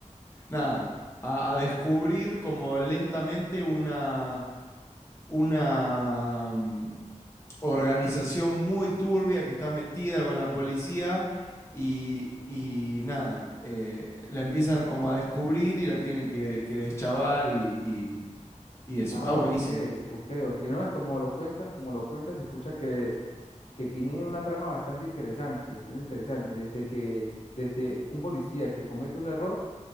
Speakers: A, on the left; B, on the left.
A: nada, a, a descubrir como lentamente una, una mm, organización muy turbia que está metida con la policía y, y nada, eh, la empiezan como a descubrir y la tienen que, que deschavar y, y- y eso,
B: Ah,
A: está buenísimo.
B: ok, ok, ok. No, es como lo cuentas, como lo cuentas, se escucha que, que tiene una trama bastante interesante, bastante interesante. Desde que, desde un policía que comete un error